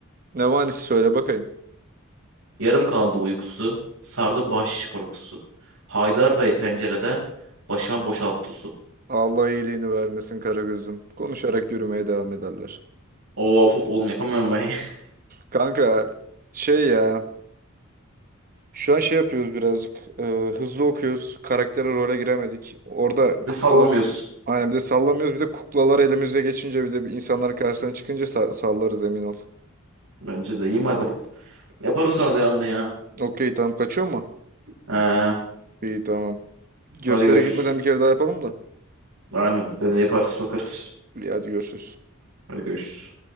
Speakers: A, on the right; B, on the right.
A: Ne vanisi söyle bakayım.
B: Yarım kaldı uykusu. Sardı bahşiş korkusu. Haydar Bey pencereden başıma boşalttı su.
A: Allah iyiliğini vermesin Karagöz'üm. Konuşarak yürümeye devam ederler.
B: Oo of of oğlum yapamıyorum ben ya. <laughs>
A: Kanka şey ya şu an şey yapıyoruz birazcık Ee, hızlı okuyoruz. Karaktere role giremedik. Orada
B: Bir De
A: kuklalar
B: sallamıyorsun.
A: aynen bir de sallamıyoruz bir de kuklalar elimize geçince bir de insanların karşısına çıkınca sa- sallarız emin ol.
B: Bence de iyi madem. Yaparız sonra devamını ya.
A: Okey tamam kaçıyor mu?
B: Ha,
A: İyi tamam. Göstere
B: hadi görüşürüz.
A: gitmeden bir kere daha yapalım da.
B: Aynen. Ben de yaparız bakarız.
A: İyi, hadi görüşürüz.
B: Hadi görüşürüz.